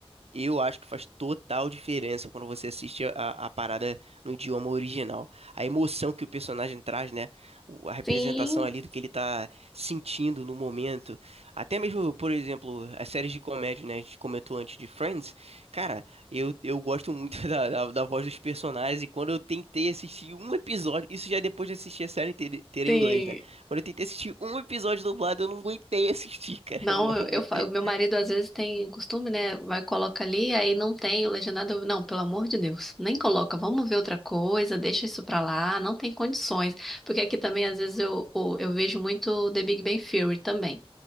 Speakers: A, on the right (about 80°); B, in the centre.
A: eu acho que faz total diferença quando você assiste a, a parada no idioma original. A emoção que o personagem traz, né? O- A representação
B: Sim,
A: ali do que ele tá sentindo no momento. Até mesmo, por exemplo, as séries de comédia, né? A gente comentou antes de Friends. Cara, eu, eu gosto muito <laughs> da, da, da voz dos personagens. E quando eu tentei assistir um episódio, isso já é depois de assistir a série inteira, inteira
B: sim.
A: em inglês, né? Quando eu tentei assistir um episódio dublado, eu não aguentei assistir, cara.
B: Não,
A: <laughs> Eu não
B: eu,
A: aguentei.
B: eu, fa- o meu marido às vezes tem costume, né? Vai, coloca ali, aí não tem o legendado. eu, Não, pelo amor de Deus, nem coloca. Vamos ver outra coisa, deixa isso pra lá, não tem condições. Porque aqui também, às vezes, eu, eu, eu vejo muito The Big Bang Theory também.